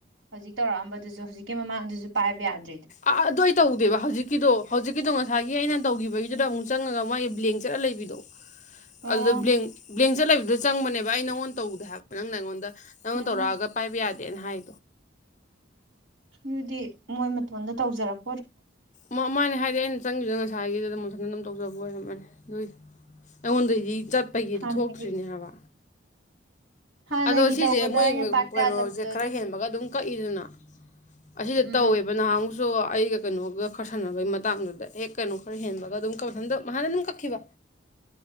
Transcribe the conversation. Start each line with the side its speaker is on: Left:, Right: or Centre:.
Right: ꯍꯧꯖꯤꯛ ꯇꯧꯔꯛꯑꯝꯕꯗꯨꯁꯨ ꯍꯧꯖꯤꯛꯀꯤ ꯃꯃꯥꯡꯗꯨꯁꯨ ꯁꯨ ꯄꯥꯏꯕ ꯌꯥꯗꯦ
Left: ꯑ ꯑꯗꯨꯏ ꯇꯧꯗꯦꯕ ꯍꯧꯖꯤꯛꯀꯤꯗꯣ ꯍꯧꯖꯤꯛꯀꯤꯗꯣ ꯉ ꯉꯁꯥꯏꯒꯤ ꯑꯩꯅ ꯇꯧꯈꯤꯕꯒꯤꯗꯨꯗ ꯑꯃꯨꯛ ꯆꯪꯉꯒ ꯃꯣꯏ ꯕ꯭ꯂꯦꯡ ꯆꯠꯂ ꯂꯩꯕꯤꯗꯣ
Right: ꯑꯣ
Left: ꯑꯗꯨꯗ ꯕ꯭ꯂꯦꯡ ꯕ꯭ꯂꯦꯡ ꯆꯠ ꯂꯩꯕꯗꯨ ꯆꯪꯕꯅꯦꯕ ꯑꯩ ꯅꯉꯣꯟ ꯇꯧꯗꯦ ꯍꯥꯏꯕ ꯅꯪꯅ ꯑꯩꯉꯣꯟꯗ ꯅꯪꯅ
Right: ꯎꯝ
Left: ꯇꯧꯔꯛꯑꯒ ꯄꯥꯏꯕ ꯌꯥꯗꯦ ꯇꯦꯟꯍꯥꯏ
Right: ꯑꯗꯨꯗꯤ ꯃꯣꯏ ꯃꯇꯣꯟꯗ ꯇꯧꯖꯔꯛ
Left: ꯃ ꯃꯥꯅꯦ ꯍꯥꯏ ꯆꯦ ꯑꯩꯅ ꯆꯪꯈꯤꯕꯗꯨꯅ ꯉꯁꯥꯏꯒꯤꯗ ꯃꯊꯟꯗ ꯑꯗꯨꯝ ꯇꯧꯖꯕ ꯑꯣꯏꯔꯝꯃꯅꯤ ꯑꯗꯨꯏ ꯑꯩꯉꯣꯟꯗꯩꯗꯤ ꯆꯠꯄꯒꯤꯗ
Right: ꯍꯥꯟꯅꯒꯤ
Left: ꯊꯣꯛꯇ꯭ꯔꯤꯅꯦ ꯍꯥꯏꯕ
Right: ꯍꯥꯟꯅꯒꯤ
Left: ꯑꯗꯣ ꯁꯤꯁꯦ
Right: ꯇꯧꯕꯗ
Left: ꯃꯣꯏ
Right: ꯑꯩꯅ
Left: ꯃ
Right: ꯄꯥꯏꯕ
Left: ꯀꯩꯅꯣꯁꯦ
Right: ꯌꯥꯗꯕꯗꯣ
Left: ꯈꯔ
Right: ꯑꯗꯨꯒꯤ
Left: ꯍꯦꯟꯕꯒ ꯑꯗꯨꯝ ꯀꯛ ꯏꯗꯅ ꯑꯁꯤꯗ
Right: ꯎꯝ
Left: ꯇꯧꯋꯦꯕ ꯅꯍꯥꯟꯃꯨꯛꯁꯨ ꯁꯣ ꯑꯩꯒ ꯀꯩꯅꯣꯒ ꯈꯔ ꯁꯥꯟꯅꯕꯒꯤ ꯃꯇꯥꯡꯗꯨꯗ ꯍꯦꯛ ꯀꯩꯅꯣ ꯈꯔ ꯍꯦꯟꯕꯒ ꯑꯗꯨꯝ ꯀ ꯃꯊꯟꯗ ꯃꯊꯟꯗ ꯑꯗꯨꯝ ꯀꯛꯈꯤꯕ